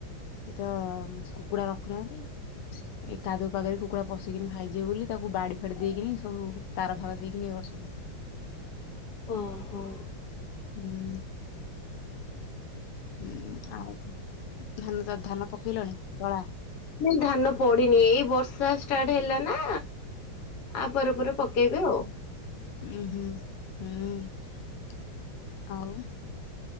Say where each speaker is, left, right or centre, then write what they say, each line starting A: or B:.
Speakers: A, on the left (about 85°); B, on the left (about 55°).
A: ଏ ତ କୁକୁଡ଼ା ରଖୁନାହାନ୍ତି। ଏଇ କାଦୁଅ ପାଗରେ କୁକୁଡ଼ା ପଶିକିନି ଖାଇଯିବେ ବୋଲି ତାକୁ ବାଡି ଫାଡି ଦେଇକିନି ସବୁ ତାର ଫାର ଦେଇକିନି ଇଏ କରିଛନ୍ତି।
B: ଓହୋ।
A: ହୁଁ, ହୁଁ, ଆଉ ଧାନ ଚା ଧାନ ପକେଇଲଣି ତଳା?
B: ନା ଧାନ ପଡିନି ଏଇ ବର୍ଷା ଷ୍ଟାର୍ଟ ହେଲା ନା। ଆ ପରେ ପରେ ପକେଇବେ ଆଉ।
A: ଉଁ, ହୁଁ, ହୁଁ, ଆଉ।